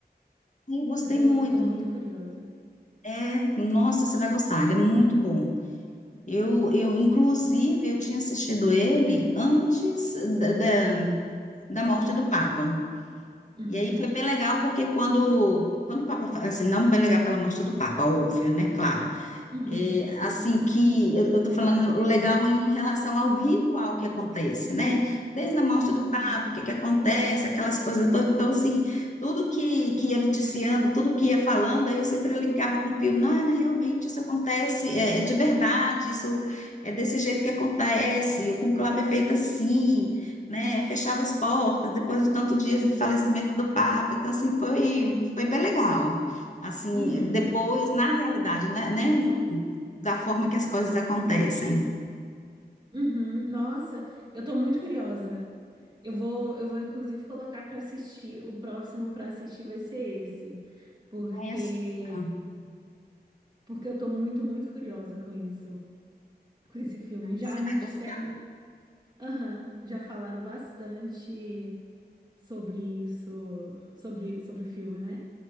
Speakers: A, on the left; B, on the right.
A: Eu gostei
B: Eu tô,
A: muito.
B: eu tô muito curiosa.
A: É, nossa, você vai gostar, ele é muito bom. Eu, eu, inclusive, eu tinha assistido ele antes da, da, da morte do Papa.
B: Uhum,
A: E aí foi bem legal, porque quando, quando o Papa, fa- assim, não bem legal pela morte do Papa, óbvio, né? Claro.
B: uhum,
A: É, assim que eu estou falando o legal em relação ao ritual que acontece, né? Desde a morte
B: uhum,
A: do Papa, o que que acontece, aquelas coisas todas. Então, assim, tudo que, que ia noticiando, tudo que ia falando, aí eu sempre ligava com o Pio, não, não, realmente isso acontece, é, é de verdade, isso é desse jeito que acontece, o conclave é feito assim, né? É fechado as portas, depois de tantos dias do falecimento do Papa. Então, assim, foi, foi bem legal assim,
B: uhum,
A: depois, na realidade, né, né? da forma que as coisas acontecem.
B: uhum. Nossa, eu tô muito curiosa. Eu vou, eu vou inclusive colocar pra assistir. O próximo pra assistir vai ser esse, porque
A: Ai, assista.
B: porque eu tô muito, muito curiosa com isso, com esse filme.
A: Ai,
B: Já
A: Você
B: me
A: vai
B: disseram,
A: gostar.
B: aham, já falaram bastante sobre isso, sobre sobre o filme, né?